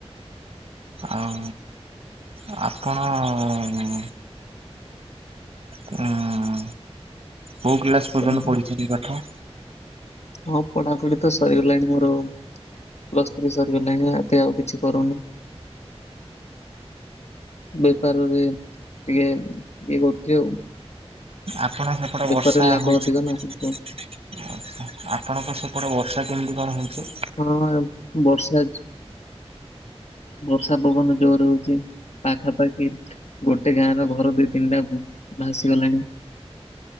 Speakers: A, on the right; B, on the left.
A: ଆଉ ଆପଣ? ଉ କୋଉ କ୍ଲାସ ପର୍ଯ୍ୟନ୍ତ
B: କଣ?
A: ପଢିଛନ୍ତି ପାଠ?
B: ମୋ ପଢାପଢି ତ ସରିଗଲାଣି ମୋର ପ୍ଲସ୍ ଥ୍ରୀ ସରିଗଲାଣି ଏବେ ଆଉ କିଛି କରୁନି। ବେପାରରେ ଟିକେ ଇଏ କରୁଛି ଆଉ
A: ଆପଣ ସେପଟେ
B: ବେପାରରେ
A: ବର୍ଷା
B: ଲାଭ
A: ହଉଛି
B: ଅଧିକ
A: କି?
B: ନା
A: ଆଛା
B: ସେଥିପାଇଁ
A: ଆପଣଙ୍କ ସେପଟେ ବର୍ଷା କେମିତି କଣ ହଉଛି?
B: ହଁ ବର୍ଷା ବର୍ଷା ପବନ ଜୋରେ ହଉଛି ପାଖାପାଖି ଗୋଟେ ଗାଁ ର ଘର ଦିଇ ତିନିଟା ଭାସିଗଲାଣି